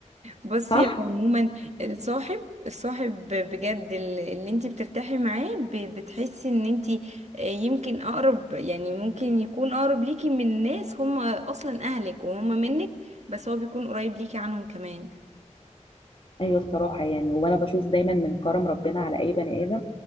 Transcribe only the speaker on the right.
بصي
هو عموما الصاحب الصاحب بجد ال- اللي انت بترتاحي معاه ب- بتحسي ان انت يمكن اقرب يعني ممكن يكون اقرب ليكي من ناس هم اصلا اهلك وهم منك بس هو بيكون قريب ليكي عنهم كمان